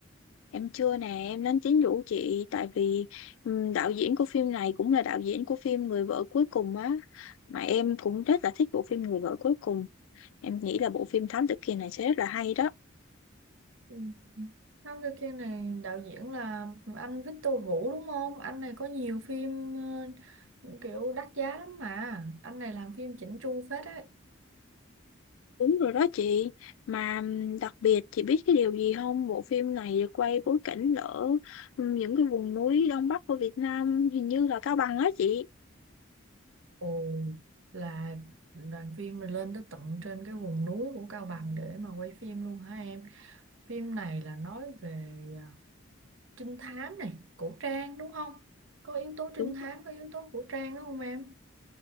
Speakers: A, on the left (about 75°); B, on the right (about 70°).
A: Em chưa nè, em đang tính rủ chị tại vì ừm, đạo diễn của phim này cũng là đạo diễn của phim Người vợ cuối cùng á. Mà em cũng rất là thích bộ phim Người vợ cuối cùng. Em nghĩ là bộ phim Thám Tử Kiên này sẽ rất là hay đó.
B: Ừ. Thám Tử Kiên này đạo diễn là anh Victor Vũ đúng không? Anh này có nhiều phim ờ, kiểu đắt giá lắm mà. Anh này làm phim chỉnh chu phết ấy.
A: Đúng rồi đó chị. Mà ừm, đặc biệt chị biết cái điều gì không? Bộ phim này được quay bối cảnh ở ừm, những cái vùng núi Đông Bắc của Việt Nam, hình như là Cao Bằng á chị.
B: Ồ, là đoàn phim này lên tới tận trên cái vùng núi của Cao Bằng để mà quay phim luôn hả em? Phim này là nói về à, trinh thám này cổ trang đúng không có yếu tố trinh
A: Đúng
B: thám có yếu tố cổ trang đúng không em